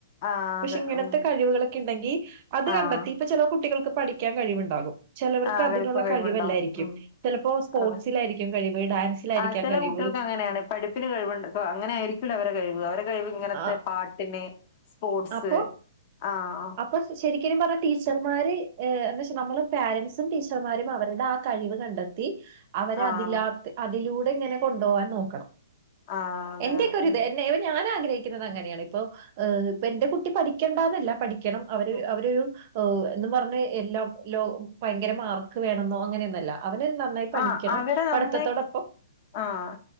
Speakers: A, on the left (about 45°); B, on the right (about 45°).
A: ആഹ്
B: പക്ഷെ
A: അതെ
B: ഇങ്ങനത്തെ
A: ഉം
B: കഴിവുകളൊക്കെ ഇണ്ടെങ്കിൽ അത്
A: ആഹ്
B: കണ്ടെത്തി. ഇപ്പൊ ചെല കുട്ടികൾക്ക് പഠിക്കാൻ കഴിവുണ്ടാകും, ചെലവർക്ക്
A: ആഹ്
B: അതിനുള്ള
A: കളിപ്പും കഴിവുണ്ടാവും
B: കഴിവല്ലായിരിക്കും
A: ഉം
B: ചെലപ്പോ. സ്പോർട്സിലായിരിക്കും
A: അതെ
B: കഴിവ് ഡാൻസിലായിരിക്കാം
A: ആ ചില
B: കഴിവ്.
A: കുട്ടികൾക്ക് അങ്ങനെയാണ് പഠിപ്പിന് കഴിവുണ്ട് ഇപ്പൊ അങ്ങനായിരിക്കൂല അവരെ കഴിവ്, അവരെ കഴിവ് ഇങ്ങനത്തെ
B: ആ
A: പാട്ടിന്. സ്പോർസ്
B: അപ്പൊ
A: ആഹ്.
B: അപ്പൊ ശരിക്കിനും പറഞ്ഞാൽ ടീച്ചർമാര് ഏഹ് എന്താവെച്ചാൽ നമ്മള് പോരന്റ്സും ടീച്ചർമാരും അവരുടെ ആഹ് കഴിവ് കണ്ടെ ത്തി അവരെ
A: ആഹ്
B: അതില്ലാത് അതിലൂടെ ഇങ്ങനെ കൊണ്ടുപോവാൻ നോക്കണം.
A: ആഹ് അതെ
B: എന്റെ
A: അതെ
B: ഒക്കെ ഒരു ഇത് എന്നെ. ഞാൻ ആഗ്രഹിക്കുന്നത് അങ്ങനെയാണ്, ഇപ്പൊ ഏഹ് ഇപ്പൊ എന്റെ കുട്ടി പഠിക്കേണ്ട എന്നല്ല പഠിക്കണം. അവര്
A: ഉം
B: അവരൊരു ഓഹ് എന്നു പറഞ്ഞ് എല്ലാം ലോ ഭയങ്കര മാർക്ക് വേണെന്നോ അങ്ങനെയൊന്നല്ല. അവന് നന്നായി പഠിക്കണം
A: ആഹ് അവരെ നമ്മള്
B: പഠിത്തത്തോടൊപ്പം.
A: ആഹ്